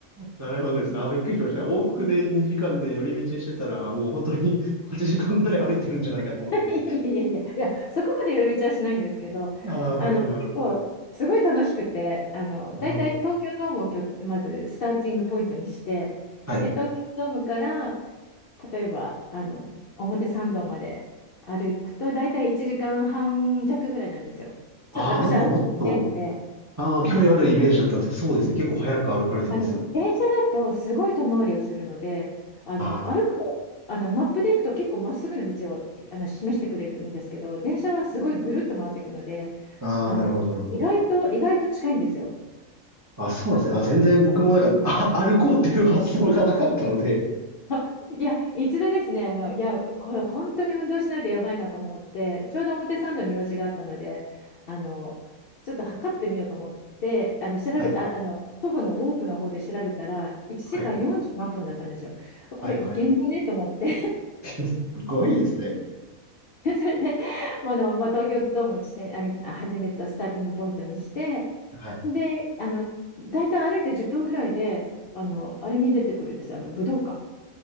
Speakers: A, on the right; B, on the left.
A: なるほどですね。あー、びっくりしました。往復で2時間で寄り道してたら、もう本当に8時間ぐらい歩いてるんじゃないかと思って。
B: いやいやいや、いや、そこまで寄り道はしないんですけど、
A: ああ、なるほど、
B: あの、結構、
A: なるほど。
B: すごい楽しくて、あの、
A: あー
B: 大体東京ドームをきょ、まずスターティングポイントにして、
A: はい。
B: で、東京ドームから、例えば、あの、表参道まで歩くと、大体1時間半弱ぐらいなんですよ。
A: ああ、
B: ちょっと私は歩くの早いので、
A: なんかもっと、ああ、
B: はい。
A: 距離あるイメージだったんですけど、そうですね。結構早く歩かれてますよね。
B: あの、電車だとすごい遠回りをするので、あの、
A: あ
B: 歩くと、あの、マップで行くと結構まっすぐの道をあの示してくれるんですけど、電車はすごいぐるっと回っていくので、
A: あ、
B: あの、
A: ああ、なるほど、なるほど。
B: 意外と、意外と近いんですよ。
A: あ、そうなんですね。あ、全然僕もなんか、あ、歩こうっていう発想がなかったので。
B: <laughs> あいや、一度ですね、あの、いや、これ本当に運動しないとやばいなと思って、ちょうど表参道に用事があったので、あの、ちょっと測ってみようと思って、あの、調べた、
A: はい、
B: あ、あの、徒歩のウォークの方で調べたら、1時間40何分だったんですよ。
A: はい、
B: これいけんじゃねと思って
A: はい、はい。<laughs> すごいですね。
B: <laughs> それで、あの、まあ、東京ドームを地点、あれ、始めたスターティングポイントにして、
A: はい。
B: で、あの、大体歩いて10分ぐらいで、あの、あれに出てくるんです、あの、武道館。